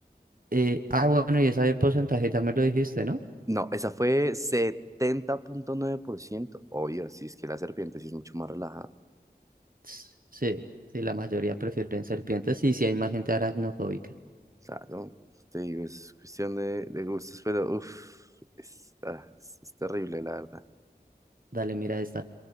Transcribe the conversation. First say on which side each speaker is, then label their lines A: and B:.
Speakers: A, on the right (about 55°); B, on the right (about 20°).
A: Eh, ah, bueno, y esa del porcentaje ya me lo dijiste, ¿no?
B: No, esa fue setenta punto nueve por ciento Obvio, si es que la serpiente sí es mucho más relajada.
A: Ts- Sí, sí, la mayoría prefieren serpientes y sí hay más gente aracnofóbica.
B: Claro, te digo, es cuestión de, de gustos, pero uff, es, ah, es- es terrible, la verdad.
A: Dale, mira esta.